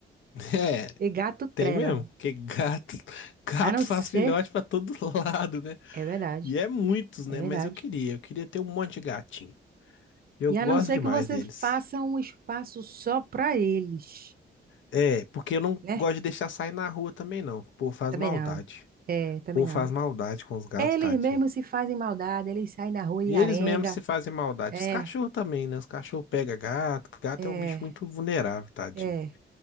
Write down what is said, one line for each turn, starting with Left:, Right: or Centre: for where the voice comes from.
Left: É,
Right: E gato trela.
Left: Tem mesmo, porque gato, <laughs> gato
Right: A não ser.
Left: faz filhote pra todo <laughs> lado, né?
Right: É verdade,
Left: E é muitos, né?
Right: é verdade.
Left: Mas eu queria, eu queria ter um monte de gatinho. Eu
Right: E
Left: gosto
Right: a não ser
Left: demais
Right: que você
Left: deles.
Right: faça um espaço só para eles
Left: É, porque eu não
Right: né?
Left: gosto de deixar sair na rua também, não. O povo faz
Right: Também
Left: maldade.
Right: não. É, também
Left: O povo
Right: não.
Left: faz maldade com os gatos,
Right: Eles
Left: tadinho.
Right: mesmos se fazem maldade, eles saem na rua e
Left: E
Right: arenga.
Left: eles mesmos se fazem maldade.
Right: É,
Left: Os cachorros também, né? Os cachorros pegam gato. Gato
Right: é,
Left: é um bicho muito vulnerável, tadinho.
Right: é.